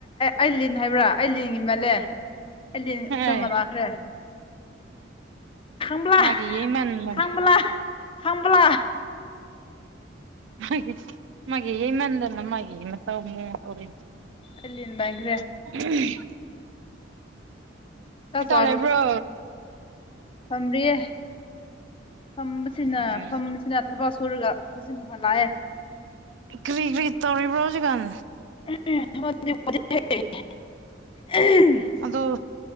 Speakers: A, on the left; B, on the right.
A: ꯑꯩ ꯂꯤꯟ ꯍꯥꯏꯕ꯭ꯔꯥ ꯑꯩ ꯂꯤꯟꯒꯤ ꯃꯜꯂꯦ ꯑꯩ ꯂꯤꯟ
B: ꯍꯣꯏ
A: ꯑꯆꯝꯕ ꯂꯅꯥꯈ꯭ꯔꯦ ꯈ
B: ꯃꯥꯒꯤ ꯌꯩꯃꯟꯗꯅ
A: ꯈꯝꯂ ꯈꯝꯂ
B: ꯃꯥꯒꯤ ꯃꯒꯤꯦ ꯌꯦ ꯃꯗꯅ ꯃꯥꯒꯤꯦ ꯏ ꯃ ꯇꯥꯎ ꯃ ꯇꯧꯔꯤ
A: ꯑꯜꯂꯤꯟ ꯪ꯭ꯔꯦ
B: <unintelligible>
A: ꯆꯥꯛ
B: ꯀꯇ
A: ꯆꯥꯈ꯭ꯔ
B: ꯂꯩꯕ꯭ꯔꯣ
A: ꯐꯝꯔꯤꯌꯦ ꯐꯝꯕꯁꯤꯅ
B: ꯎꯝ
A: ꯐꯝꯕꯁꯤꯅ ꯊꯕꯛ ꯁꯨꯔꯒ ꯍꯧꯖꯤꯛ ꯍ ꯂꯥꯛꯑꯦ
B: ꯀ꯭ꯔꯤ ꯀ꯭ꯔꯤ ꯇꯧꯔꯤꯕꯔ ꯍꯧꯖꯤꯛꯀꯥꯟ
A: <unintelligible>
B: ꯑꯗꯨ